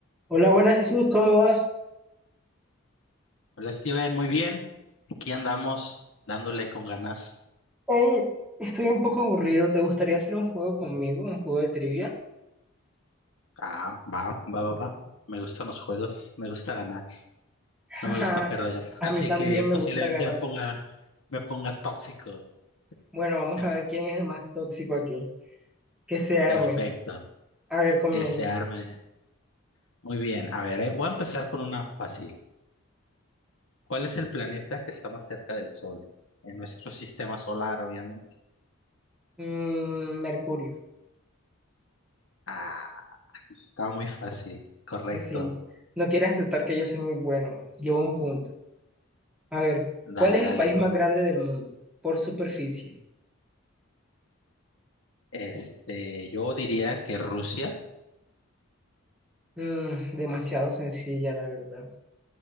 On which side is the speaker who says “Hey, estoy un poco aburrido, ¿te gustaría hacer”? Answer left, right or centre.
Centre